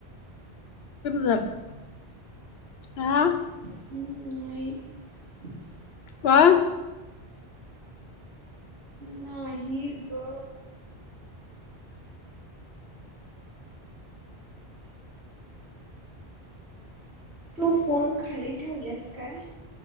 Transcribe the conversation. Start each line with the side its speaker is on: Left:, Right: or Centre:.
Left: जरा हा
Right: नाही
Left: वा <inaudible>
Right: नाही ग तू फोन खाली ठेवल्यास काय?